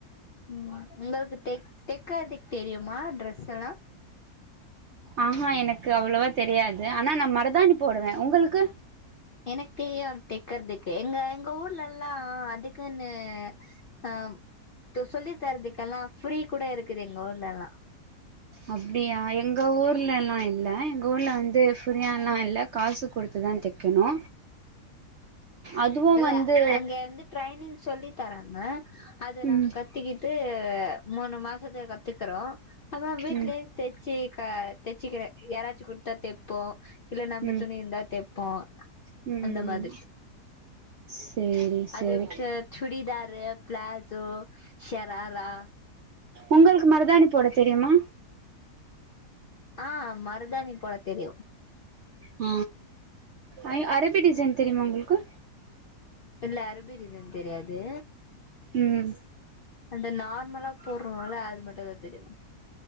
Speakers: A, on the left; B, on the right.
A: ம் உங்களுக்கு தெக் தெக்கர்துக்கு தெரியுமா ட்ரெஸ்ல்லா
B: ஆஹா எனக்கு அவ்ளோவா தெரியாது ஆனா நா மர்தாணி போடுவே உங்களுக்கு
A: எனக்கு வரு தெக்கர்துக்கு எங்க எங்க ஊர்லல்லா அதுக்குன்னு ஆ இப்ப சொல்லி தரத்துக்கெல்லா ஃப்ரீ கூட இருக்குது எங்க ஊர்லல்லா
B: அப்டியா எங்க ஊர்லல்லா இல்ல எங்க ஊர்ல வந்து ஃபிரியால்லா இல்ல காசு குடுத்துதா தெக் கனு அதுவு
A: இல்ல
B: வந்து
A: அங்க வந்து ட்ரைனிங் சொல்லி தராங்க அது
B: ம்
A: நாங்க கத் கத்திக்கிட்டு மூணு மாசத்துல கத்துக்குறோ அப்புறோ வீட்லயே
B: ம் ம்
A: தச்சுக தச்சுக்கிற யாராச்சி கொடுத்தா தைப்போ இல்ல நம்ம
B: ம்
A: துணி இருந்தா தைப்போ
B: ம் ம்
A: அந்த மாதிரி
B: சேரி
A: அது
B: சேரி
A: ச சுடிதாரு பிளாசோ ஷராரா
B: உங்களுக்கு மருதாணி போட தெரியுமா
A: ஆஹ் மருதானி போட தெரியு
B: ஹ அர அரபி டிசைன் தெரியுமா உங்குளுக்கு
A: இல்ல அரபி டிசைன் தெரியாது
B: ம்
A: அந்த நார்மலா போடுறோல அது மட்டு தா தெரியு